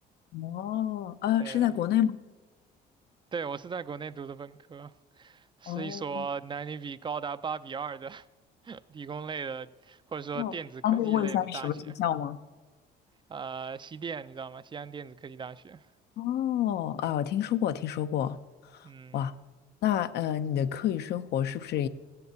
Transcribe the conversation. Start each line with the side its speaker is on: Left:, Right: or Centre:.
Left: 哦，呃，
Right: 对，
Left: 是在国内吗？
Right: 对，我是在国内读的本科，是一所男女比高达八比二的
Left: 哦，
Right: <laughs> 理工类的，或者说电子科技类的大学。
Left: 哦，方便问一下是什么学校吗？
Right: 呃，西电你知道吗？西安电子科技大学。
Left: 哦，啊，我听说过，听说过，
Right: 嗯，
Left: 哇，那呃，你的课余生活是不是，